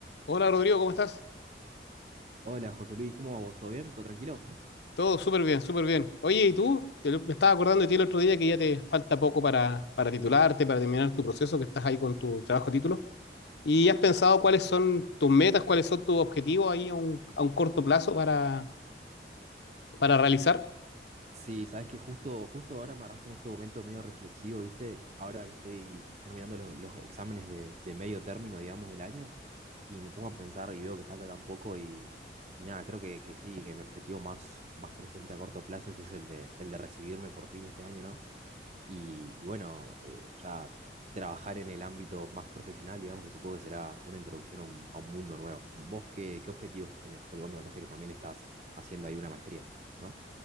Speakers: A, on the left (about 75°); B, on the right (about 40°).
A: Hola Rodrigo, ¿cómo estás?
B: Hola José Luis, ¿cómo va vos? ¿Todo bien? ¿Todo tranquilo?
A: Todo súper bien, súper bien. Oye, ¿y tú? Te lo- me estaba acordando de ti el otro día que ya te falta poco para, para titularte, para terminar tu proceso, que estás ahí con tu trabajo título. ¿Y has pensado cuáles son tus metas, cuáles son tus objetivos ahí a un, a un corto plazo para, para realizar?
B: Sí, sabes que justo, justo ahora me agarraste en ese momento medio reflexivo, ¿viste? Ahora que estoy terminando lo- los, exámenes de, de medio término, digamos, del año, y me pongo a pensar y veo que falta tan poco y, y nada, creo que, que sí, que mi objetivo más, más presente a corto plazo ese es el de, el de recibirme por fin este año, ¿no? Y, y bueno, eh, ya trabajar en el ámbito más profesional, digamos que supongo que será una introducción a un, a un mundo nuevo. ¿Vos qué, qué objetivos tenés? Porque vos me contaste que también estás haciendo ahí una maestría, ¿no?